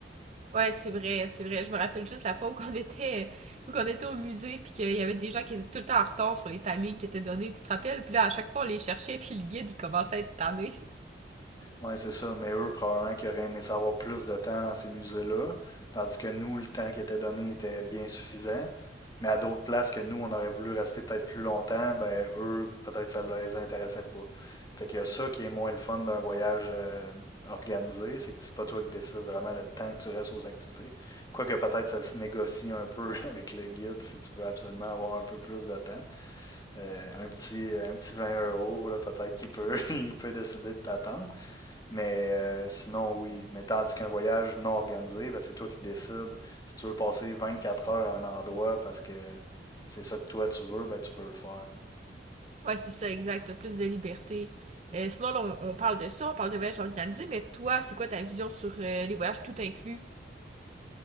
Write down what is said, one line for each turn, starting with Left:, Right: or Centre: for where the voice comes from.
Right: Ouais, c'est vrai, c'est vrai. Je me rappelle juste la fois où qu'on était, où qu'on était au musée, puis qu'il y avait des gens qui étaient tout le temps en retard sur les timings qui étaient donnés, tu te rappelles? Puis là, à chaque fois, on les cherchait, puis le guide, il commençait à être tanné. <laughs>
Left: Ouais, c'est ça. Mais eux, probablement qu'ils auraient aimé savoir plus de temps dans ces musées-là, tandis que nous, le temps qui était donné était bien suffisant. Mais à d'autres places que nous, on aurait voulu rester peut-être plus longtemps, ben eux, peut-être ça les intéressait pas. Fait qu'il y a ça qui est moins le fun d'un voyage euh, organisé, c'est que c'est pas toi qui décides vraiment le temps que tu restes aux activités. Quoique peut-être ça se négocie un peu <laughs> avec le guide si tu veux absolument avoir un peu plus de temps. Euh, un petit, un petit 20 euros, là, peut-être qu'il peut, <laughs> il peut décider de t'attendre. Mais euh, sinon, oui. Mais tandis qu'un voyage non organisé, ben, c'est toi qui décides. Si tu veux passer 24 heures à un endroit parce que c'est ça que toi tu veux, ben, tu peux le faire.
Right: Ouais, c'est ça, exact. T'as Plus de liberté. Euh, sinon, là, on, on parle de ça, on parle de voyage organisé, mais toi, c'est quoi ta vision sur euh, les voyages tout inclus?